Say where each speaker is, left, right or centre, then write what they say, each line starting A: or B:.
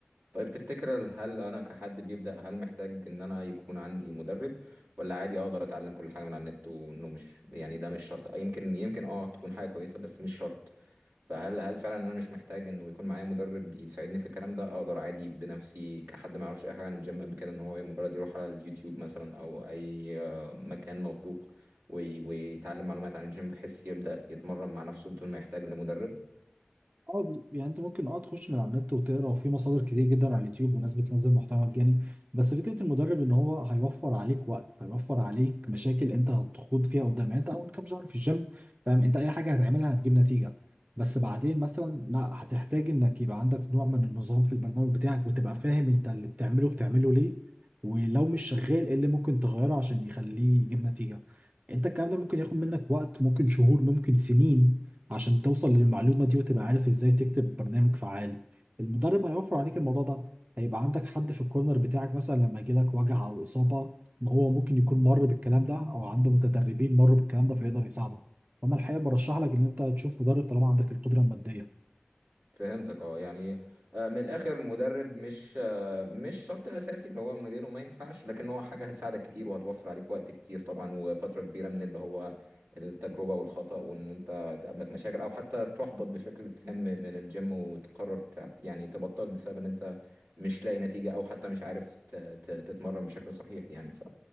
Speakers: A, on the right; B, on the right.
A: طيب تفتكر ال- هل انا كحد بيبدأ هل محتاج ان انا يكون عندي مدرب ولا عادي اقدر اتعلم كل حاجة من على النت وانه مش يعني ده مش شرط آه، يمكن يمكن اه تكون حاجة كويسة بس مش شرط فهل هل فعلا انا مش محتاج انه يكون معايا مدرب بيساعدني في الكلام ده اقدر عادي بنفسي كحد ما يعرفش اي حاجة عن الجيم قبل كده ان هو مجرد يروح على اليوتيوب مثلا او اي آه، مكان موثوق وي- ويتعلم معلومات عن الجيم بحيث يبدأ يتمرن مع نفسه بدون ما يحتاج لمدرب
B: اه ب- يعني انت ممكن اه تخش من على النت وتقرا وفي مصادر كتير جدا على اليوتيوب وناس بتنزل محتوى مجاني بس فكره المدرب ان هو هيوفر عليك وقت هيوفر عليك مشاكل انت هتخوض فيها قدام يعني انت اول كام شهر في الجيم فاهم انت اي حاجه هتعملها هتجيب نتيجه بس بعدين مثلا لا هتحتاج انك يبقى عندك نوع من النظام في البرنامج بتاعك وتبقى فاهم انت اللي بتعمله بتعمله ليه ولو مش شغال ايه اللي ممكن تغيره عشان يخليه يجيب نتيجه انت الكلام ده ممكن ياخد منك وقت ممكن شهور ممكن سنين عشان توصل للمعلومة دي وتبقى عارف ازاي تكتب برنامج فعال المدرب هيوفر عليك الموضوع ده هيبقى عندك حد في الكورنر بتاعك مثلا لما يجيلك وجع او اصابة ما هو ممكن يكون مر بالكلام ده او عنده متدربين مروا بالكلام ده فيقدر يساعدك فانا الحقيقة برشح لك ان انت تشوف مدرب طالما عندك القدرة المادية
A: فهمتك اه يعني آه، من الاخر المدرب مش آه، مش شرط اساسي اللي هو من غيره ما ينفعش لكن هو حاجه هتساعدك كتير وهتوفر عليك وقت كتير طبعا وفتره كبيره من اللي هو التجربه والخطأ وان انت تقابلك مشاكل او حتى تحبط بشكل تام من الجيم وتقرر تع- يعني تبطل بسبب ان انت مش لاقي نتيجه او حتى مش عارف ت- ت- تتمرن بشكل صحيح يعني ف